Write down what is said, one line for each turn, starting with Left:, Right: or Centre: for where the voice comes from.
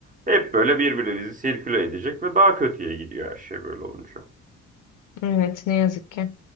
Right: Hep böyle birbirimizi sirküle edecek ve daha kötüye gidiyor her şey böyle olunca.
Left: Evet, ne yazık ki.